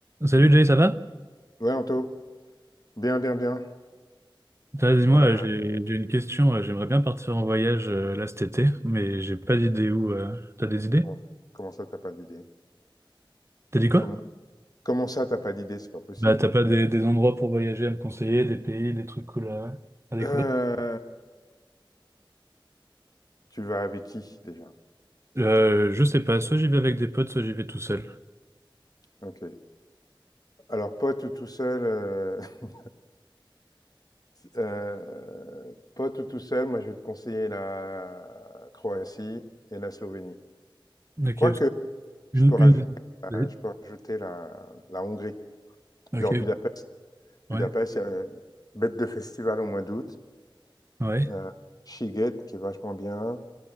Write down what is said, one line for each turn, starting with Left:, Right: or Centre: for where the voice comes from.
Right: Salut Jay, ça va?
Left: Ouais, Anto. Bien, bien, bien.
Right: T'as- Dis-moi,
Left: Ouais,
Right: j'ai j'ai une question. J'aimerais bien partir en voyage euh, là cet été, mais j'ai pas d'idée où. euh, T'as des idées?
Left: comment, comment ça, t'as pas d'idée?
Right: T'as dit quoi?
Left: Comment, comment ça, t'as pas d'idée? C'est pas possible.
Right: Bah, t'as pas des, des endroits pour voyager à me conseiller, des pays, des trucs cool à, à découvrir?
Left: Euh, Tu vas avec qui, déjà?
Right: Euh, je sais pas, soit j'y vais avec des potes, soit j'y vais tout seul.
Left: Ok. Alors, pote ou tout seul, euh, <laughs> euh, pote ou tout seul, moi, je vais te conseiller la Croatie et la Slovénie.
Right: Ok,
Left: Quoique,
Right: parce que-
Left: je
Right: une,
Left: peux rajouter,
Right: une des...
Left: je peux rajouter la, la Hongrie.
Right: Vas-y.
Left: Genre Budapest.
Right: Ok,
Left: Budapest,
Right: ouais,
Left: il y a une bête de festival au mois d'août.
Right: ouais.
Left: Euh, Sziget, qui est vachement bien.